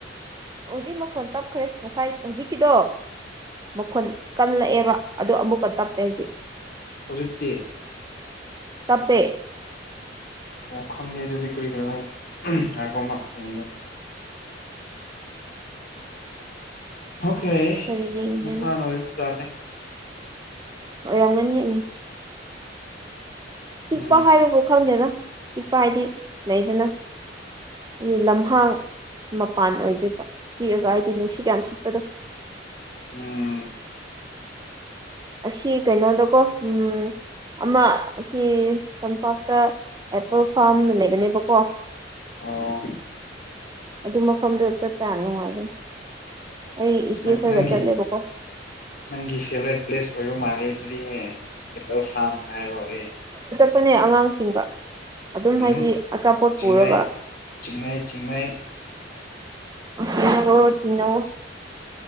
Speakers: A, on the right; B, on the left.
A: ꯍꯧꯖꯤꯛ ꯃꯈꯣꯟ ꯇꯞꯈ꯭ꯔꯦ ꯉꯁꯥꯏ ꯍꯧꯖꯤꯛꯀꯤꯗꯣ ꯃꯈꯣꯟ ꯀꯜꯂꯛꯑꯦꯕ ꯑꯗꯣ ꯑꯃꯨꯛꯀ ꯇꯞꯄꯦ ꯍꯧꯖꯤꯛ
B: ꯍꯧꯖꯤꯛꯇꯤ
A: ꯇꯞꯄꯦ
B: ꯑꯣ ꯈꯪꯗꯦ ꯑꯗꯨꯗꯤ ꯀꯔꯤꯒꯤꯔ ꯍꯝ ꯉꯥꯢꯈꯣ ꯑꯃꯔꯛ ꯌꯦꯡꯒꯦ ꯑꯣꯀꯦ
A: ꯀꯔꯤ ꯌꯦꯡꯒꯦꯅ
B: ꯃꯁꯥꯅ ꯑꯣꯏꯕ ꯖꯥꯠꯅꯦ
A: ꯑꯣꯏꯔꯝꯒꯅꯤ ꯎꯝ ꯆꯤꯛꯄ
B: ꯎꯝ
A: ꯍꯥꯏꯕꯕꯨ ꯈꯪꯗꯦꯗ ꯆꯤꯛꯄ ꯍꯥꯏꯗꯤ ꯂꯩꯌꯦꯗꯅ
B: <inaudible>
A: ꯏ ꯂꯝꯍꯥꯡ ꯃꯄꯥꯟ ꯑꯣꯏꯗꯣꯏꯕ ꯊꯤꯑꯒ ꯍꯥꯏꯗꯤ ꯅꯨꯡꯁꯤꯠ ꯌꯥꯝ ꯁꯤꯠꯄꯗꯣ
B: ꯎꯝ
A: ꯑꯁꯤ ꯀꯩꯅꯣꯗꯀꯣ ꯎꯝ ꯑꯃ ꯑꯁꯤ ꯇꯝꯄꯥꯛꯇ ꯑꯦꯄꯜ ꯐꯥꯔꯝ ꯑꯃ ꯂꯩꯕꯅꯦꯕꯀꯣ
B: ꯑꯣ
A: ꯑꯗꯨ ꯃꯐꯝꯗꯨꯗ ꯆꯠꯄ ꯌꯥꯝ ꯅꯨꯡꯉꯥꯏꯕꯅꯦ ꯑꯩ
B: ꯑꯁ
A: ꯏꯆꯦꯈꯣꯏꯒ
B: ꯅꯪ ꯅꯪꯒꯤ
A: ꯆꯠꯂꯦꯕꯀꯣ
B: ꯅꯪꯒꯤ ꯐꯦꯚꯔꯥꯢꯠ ꯄ꯭ꯂꯦꯁ ꯑꯣꯢꯕ ꯃꯥꯜꯦ ꯑꯗꯨꯗꯤ ꯑꯦꯄꯜ ꯐꯥ꯭ꯔꯝꯒ ꯍꯥꯢꯕ ꯍꯧꯔꯦ
A: ꯄꯅꯦ ꯑꯉꯥꯡꯁꯤꯡꯒ ꯑꯗꯨꯝ
B: ꯎꯝ
A: ꯍꯥꯏꯗꯤ ꯑꯆꯥꯄꯣꯠ
B: ꯆꯤꯡꯅꯩ
A: ꯄꯨꯔꯒ
B: ꯆꯤꯡꯅꯩ ꯆꯤꯡꯅꯩ
A: ꯑꯣ ꯆꯤꯡꯅꯧꯋꯣ ꯆꯤꯡꯅꯧꯋꯣ